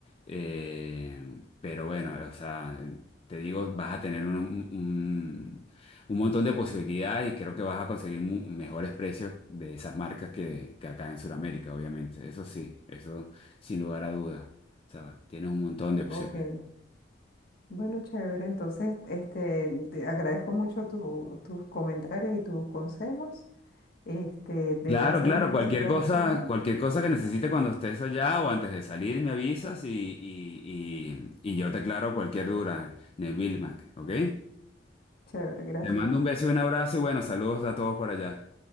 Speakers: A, on the left; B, on the left.
A: Eh, pero bueno, o sea, te digo, vas a tener un, un- un montón de posibilidades y creo que vas a conseguir mu- mejores precios de esas marcas que, que acá en Sudamérica, obviamente. Eso sí, eso sin lugar a dudas. O sea, tienes un montón de opciones.
B: ok. Bueno, chévere. Entonces, este, te agradezco mucho tu- tus comentarios y tus consejos. Este, debo
A: Claro,
B: hacer
A: claro,
B: unas cositas.
A: cualquier cosa,
B: Ujú.
A: cualquier cosa que necesites cuando estés allá o antes de salir, me avisas y, y, y, y yo te aclaro cualquier duda, Neville Mac, ¿ok?
B: Chévere, gracias.
A: Te mando un beso y un abrazo y bueno, saludos a todos por allá.